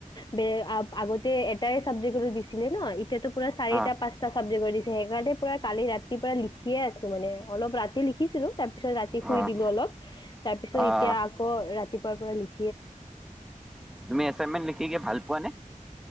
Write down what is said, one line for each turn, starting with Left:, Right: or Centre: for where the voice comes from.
Left: বে আগ আগতে এটাই চাবজেক্টৰ দিছিলে ন। এতিয়াটো পুৰা চাৰিটা
Centre: অ',
Left: পাঁ‌চটা চাবজেকৰ দিছে। হেইকাৰণে পুৰা কালি ৰাতিপায়ে লিখিয়ে আছো মানে। অলপ ৰাতি লিখিছিলো। তাৰপিছত ৰাতি শুই
Centre: অ',
Left: দিলো অলপ। তাৰপিছত
Centre: অ',
Left: এতিয়া আকৌ ৰাতি পুৱাৰ পৰা লিখি
Centre: তুমি এচাইনমেন্ট লিখি কি ভাল পোৱা নে?